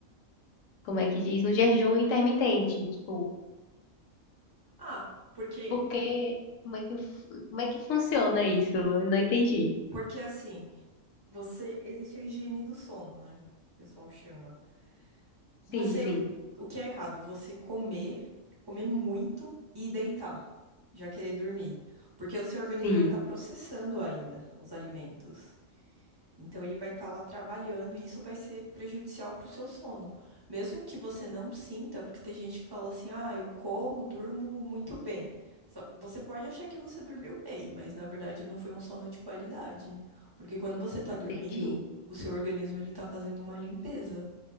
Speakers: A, on the left (about 80°); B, on the right (about 25°).
A: como é que diz, no jejum intermitente, tipo,
B: Ah, porque,
A: porque, como é que, fu- como é que funciona isso? Eu não entendi.
B: porque assim. Você, existe a higiene do sono, né? O pessoal chama. Você,
A: Sim, sim,
B: o que é errado? Você comer, comer muito e deitar, já querer dormir. Porque o seu organismo
A: sim,
B: vai estar processando ainda os alimentos. Então ele vai estar lá trabalhando e isso vai ser prejudicial para o seu sono. Mesmo que você não sinta, porque tem gente que fala assim: ah, eu como, durmo muito bem. Só- Você pode achar que você dormiu bem, mas na verdade não foi um sono de qualidade. Porque quando você está dormindo,
A: entendi.
B: o seu organismo ele está fazendo uma limpeza.